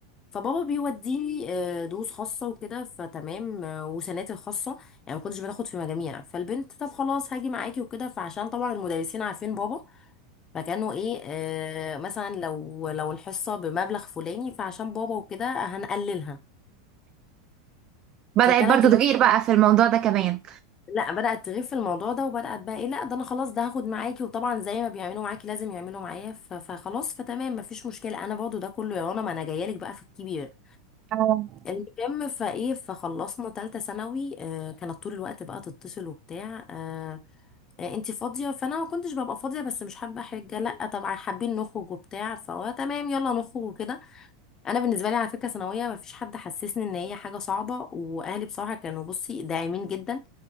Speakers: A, on the left (about 25°); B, on the right (about 35°).
A: فبابا بيوديني آه، دروس خاصة وكده فتمام آه، وسناتر خاصة يعني ما كنتش بتاخد في مجاميع فالبنت طب خلاص هاجي معاكي وكده فعشان طبعا المدرسين عارفين بابا فكانوا ايه آه مثلا لو لو الحصه بمبلغ فلاني فعشان بابا وكده هنقللها
B: بدأت
A: فكانت
B: برضو
A: ال...
B: تغير بقى في الموضوع ده كمان
A: لا بدات تغيب في الموضوع ده وبدات بقى ايه لا ده انا خلاص ده هاخد معاكي وطبعا زي ما بيعملوا معاكي لازم يعملوا معايا ف... فخلاص فتمام مفيش مشكله انا برضه ده كله يا رنا ما انا جايه لك بقى في الكبير
B: اه
A: المهم فايه فخلصنا تالتة ثانوي آه كانت طول الوقت بقى تتصل وبتاع آه آه، انتي فاضيه فانا ما كنتش ببقى فاضيه بس مش حابه حاجه لا طبعا حابين نخرج وبتاع فهو تمام يلا نخرج وكده انا بالنسبه لي على فكره ثانويه ما فيش حد حسسني ان هي حاجه صعبه واهلي بصراحه كانوا بصي داعمين جدا